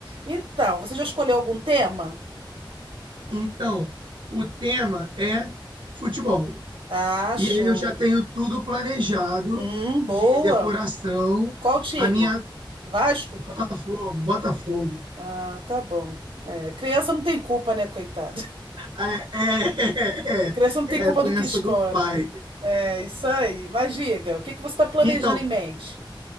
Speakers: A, on the right (about 85°); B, on the right (about 70°).
A: Então, você já escolheu algum tema?
B: Então, o tema é futebol.
A: Ah,
B: E
A: show.
B: aí eu já tenho tudo planejado
A: Hum, boa.
B: de decoração,
A: Qual time?
B: a minha
A: Vasco?
B: Botafogo, Botafogo.
A: Ah, tá bom. É, criança não tem culpa, né, coitada?
B: É, é, <laughs>
A: <laughs> A criança não
B: é,
A: tem culpa
B: é doença
A: do que escolhe.
B: do pai.
A: É, isso aí. Mas diga, o que que você está planejando
B: Então,
A: em mente?